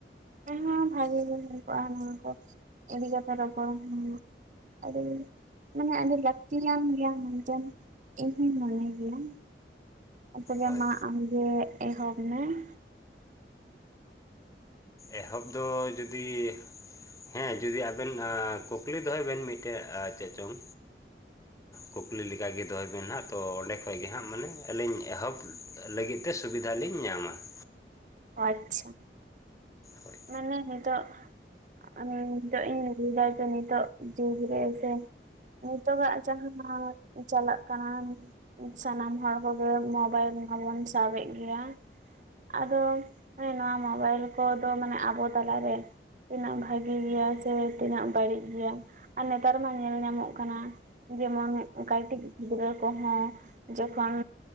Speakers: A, on the right; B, on the left.
A: ᱮᱱ ᱦᱚᱸ ᱵᱷᱟᱜᱤ ᱜᱮ ᱦᱩᱭ ᱠᱚᱜᱼᱟ ᱱᱚᱣᱟ ᱠᱚ ᱤᱫᱤ ᱠᱟᱛᱮ ᱨᱚᱯᱚᱲᱟ ᱦᱚ ᱟᱹᱵᱤ ᱢᱟᱱᱮ ᱟᱹᱰᱤ ᱞᱟᱹᱠᱛᱤᱭᱟᱱ ᱜᱮᱭᱟ ᱢᱮᱱᱛᱮ ᱤᱧᱦᱩᱸᱧ ᱢᱚᱱᱮ ᱜᱮᱭᱟ ᱾ ᱛᱚᱵᱮ
B: ᱦᱳᱭ
A: ᱢᱟ ᱟᱢ ᱜᱮ ᱮᱦᱚᱵ ᱢᱮ ᱾
B: ᱮᱦᱚᱵ ᱫᱚ ᱡᱩᱫᱤ ᱦᱮᱸ ᱡᱚᱫᱤ ᱟᱵᱮᱱ ᱟᱸ ᱠᱩᱠᱞᱤ ᱫᱚᱦᱚᱭ ᱵᱮᱱ ᱢᱤᱫᱴᱮᱡ ᱪᱮᱫ ᱪᱚᱝ? ᱠᱩᱠᱞᱤ ᱞᱮᱠᱟ ᱜᱮ ᱫᱚᱦᱚᱭ ᱵᱮᱱ ᱦᱟᱸᱜ ᱛᱚ ᱚᱸᱰᱮ ᱠᱷᱚᱡ ᱜᱮ ᱦᱟᱸᱜ ᱢᱟᱱᱮ ᱟᱹᱞᱤᱧ ᱮᱦᱚᱵ ᱞᱟᱹᱜᱤᱫ ᱛᱮ ᱥᱩᱵᱤᱫᱷᱟ ᱞᱤᱧ ᱧᱟᱢᱟ ᱾
A: ᱟᱪᱪᱷᱟ,
B: ᱦᱳᱭ
A: ᱢᱟᱱᱮ ᱱᱤᱛᱚᱜ ᱟᱫᱚ ᱱᱤᱛᱚᱜ ᱤᱧ ᱞᱟᱹᱭᱫᱟ ᱡᱮ ᱱᱤᱛᱚᱜ ᱡᱩᱜᱽ ᱨᱮ ᱥᱮ ᱱᱤᱛᱚᱜᱟᱜ ᱡᱟᱦᱟᱸ ᱢᱟ ᱪᱟᱞᱟᱜ ᱠᱟᱱᱟ ᱥᱟᱱᱟᱢ ᱦᱚᱲ ᱠᱚᱜᱮ ᱢᱳᱵᱟᱭᱤᱞ ᱢᱟᱵᱚᱱ ᱥᱟᱵᱮᱫ ᱜᱮᱭᱟ, ᱟᱫᱚ ᱦᱮᱸ ᱱᱚᱣᱟ ᱢᱚᱵᱟᱭᱤᱞ ᱠᱚᱫᱚ ᱢᱟᱱᱮ ᱟᱵᱚ ᱛᱟᱞᱟᱨᱮ ᱛᱤᱱᱟᱹᱜ ᱵᱷᱟᱜᱤ ᱜᱮᱭᱟ ᱥᱮ ᱛᱤᱱᱟᱹᱜ ᱵᱟᱹᱲᱤᱡ ᱜᱮᱭᱟ ᱟᱨ ᱱᱮᱛᱟᱨ ᱢᱟ ᱧᱮᱞ ᱧᱟᱢᱚᱜ ᱠᱟᱱᱟ ᱡᱮᱢᱚᱱ ᱠᱟᱹᱴᱤᱡ ᱜᱤᱫᱽᱨᱟᱹ ᱠᱚᱦᱚᱸ ᱡᱚᱠᱷᱚᱱ